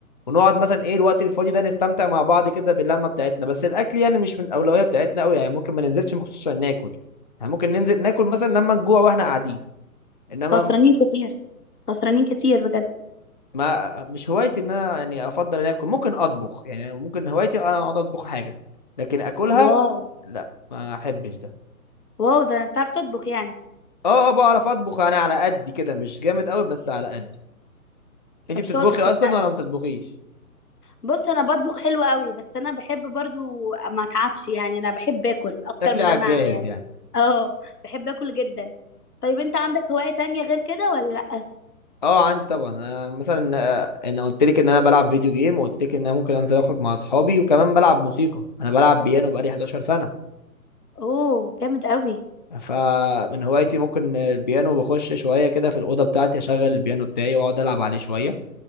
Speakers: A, on the left (about 35°); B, on the left (about 85°).
A: ونقعد مثلا ايه الوقت الفاضي ده نستمتع مع بعض كده باللمة بتاعتنا بس الأكل يعني مش من الأولوية بتاعتنا قوي يعني ممكن ما ننزلش مخصوص عشان ناكل يعني ممكن ننزل ناكل مثلا لما نجوع واحنا قاعدين انما
B: خسرانين كتير خسرانين كتير بجد
A: ما مش هوايتي ان انا يعني افضل ان اكل ممكن اطبخ يعني ممكن هوايتي انا اقعد اطبخ حاجة لكن اكلها
B: واو
A: لا ما احبش ده
B: واو ده انت بتعرف تطبخ يعني
A: اه اه بعرف اطبخ انا على قدي كده مش جامد قوي بس على قدي انت
B: طب
A: بتطبخي
B: شاطر صدقني
A: اصلا ولا ما بتطبخيش
B: بص انا بطبخ حلو قوي بس انا بحب برضو ما اتعبش يعني انا بحب اكل اكتر
A: تاكلي
B: من
A: على
B: إن انا
A: الجاهز
B: اعمل يعني
A: يعني
B: اه بحب اكل جدا طيب انت عندك هواية تانية غير كده ولا لا
A: اه عندي طبعا انا مثلا آه، انا قلت لك ان انا بلعب فيديو جيم وقلت لك ان انا ممكن انزل اخرج مع اصحابي وكمان بلعب موسيقى انا بلعب بيانو بقالي 11 سنه
B: اوه جامد قوي
A: فمن هوايتي ممكن البيانو بخش شويه كده في الاوضه بتاعتي اشغل البيانو بتاعي واقعد العب عليه شويه